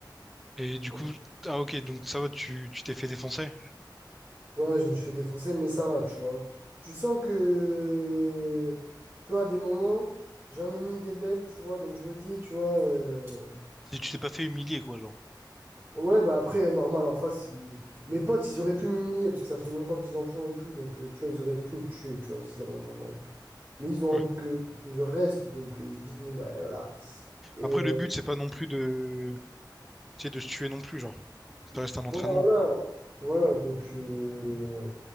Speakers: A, in the centre; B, on the right.
A: Et du
B: Donc,
A: coup, ah ok, donc ça va, tu tu t'es fait défoncer.
B: Ouais, je me suis fait défoncer, mais ça va, tu vois. Tu sens que, tu vois, à des moments, j'en ai mis des belles, tu vois. Donc, je me dis, tu vois, euh,
A: Tu tu t'es pas fait humilier, quoi, genre.
B: ouais, bah après, normal, en face, ils- mes potes, ils auraient pu m'humilier parce que ça fait longtemps qu'ils en font et tout. Donc, euh, tu vois, ils auraient pu me tuer, tu vois, s'ils avaient vraiment envie. Mais ils ont envie
A: Ouais.
B: que je reste, donc euh, ils se disent, bon, ben voilà. Et
A: Après, le but, c'est pas non plus de, tu sais, de se tuer non plus, genre. Ça reste un entraînement.
B: Ouais, voilà. Voilà, donc, euh,